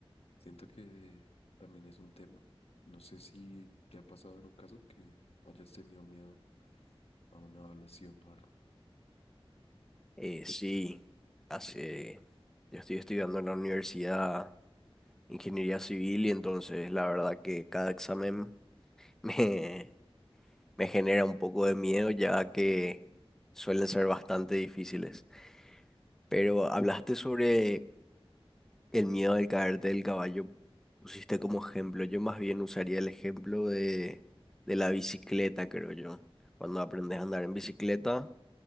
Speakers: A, on the left (about 80°); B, in the centre.
A: siento que también es un tema. No sé si te ha pasado en un caso que hayas tenido miedo a una evaluación o algo.
B: Eh, sí, hace, yo estoy estudiando en la universidad ingeniería civil y entonces la verdad que cada examen <laughs> me, me genera un poco de miedo ya que suelen ser bastante difíciles. Pero hablaste sobre El miedo de caerte del caballo pusiste como ejemplo. Yo más bien usaría el ejemplo de, de la bicicleta, creo yo. Cuando aprendes a andar en bicicleta,